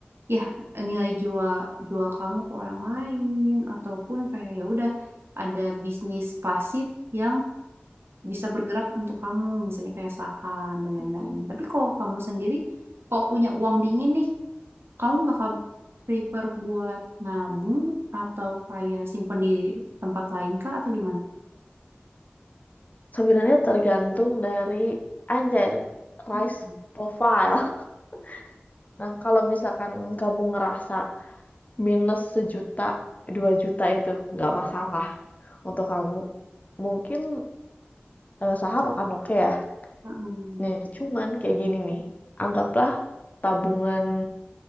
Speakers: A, on the right (about 75°); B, on the left (about 40°).
A: ya nilai jual jual kamu ke orang lain ataupun kayak ya udah ada bisnis pasif yang bisa bergerak untuk kamu misalnya kayak saham dan lain-lain
B: Mm.
A: tapi kalau kamu sendiri kalau punya uang dingin nih kamu bakal prefer buat nabung atau kayak simpen di tempat lain kah atau gimana?
B: Sebenarnya tergantung dari anjir
A: Hmm.
B: risk profile. <laughs> Nah, kalau misalkan kamu ngerasa minus sejuta, dua juta itu nggak masalah untuk kamu. Mungkin eh, saham akan oke ya.
A: <laughs>
B: Nih, cuman kayak gini nih. Anggaplah tabungan